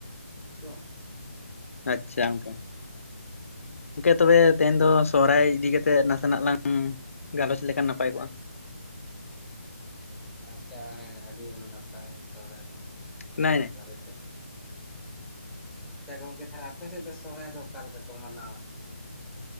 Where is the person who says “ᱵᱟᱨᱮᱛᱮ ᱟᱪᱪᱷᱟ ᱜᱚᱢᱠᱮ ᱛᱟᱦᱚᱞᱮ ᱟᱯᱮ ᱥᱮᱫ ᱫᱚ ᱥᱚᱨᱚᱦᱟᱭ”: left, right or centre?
Centre